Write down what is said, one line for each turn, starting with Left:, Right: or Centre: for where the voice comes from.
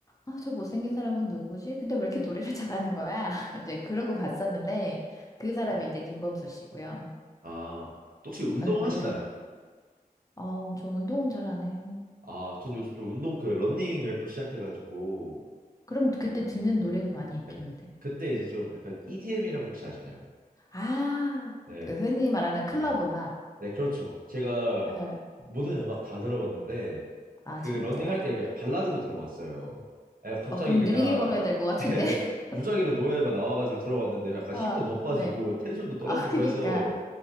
Left: 아, 저 못생긴 사람은 누구지? 근데 왜 이렇게 노래를 잘하는 거야? <laughs> 이제 그러고 봤었는데, 그 사람이
Right: 네.
Left: 이제 김범수 씨고요.
Right: 아 또 혹시 운동하시나요?
Left: 에, 그렇게, 어, 저 운동은 잘 안 해요.
Right: 아 전 요즘 또 운동 그 러닝을 또 시작해가지고
Left: 그럼 그때 듣는 노래도 많이 있겠는데.
Right: 네. 그때 이제 좀 약간 EDM이라고 혹시 아시나요?
Left: 아,
Right: 네,
Left: 그 흔히 말하는
Right: 네.
Left: 클럽 음악.
Right: 네, 그렇죠. 제가
Left: 예.
Right: 모든 음악 다 들어봤는데
Left: 아,
Right: 그
Left: 진짜.
Right: 러닝할 때 약간 발라드도 들어봤어요. 아, 갑자기
Left: 어, 그럼
Right: 그냥
Left: 느리게 걸어야 될 것 같은데.
Right: <laughs>
Left: <laughs>
Right: 무작위로 노래가 나와가지고 들어봤는데 약간
Left: 아,
Right: 힘도 더 빠지고
Left: 네.
Right: 텐션도 떨어지고
Left: 아, 그니까.
Right: 해서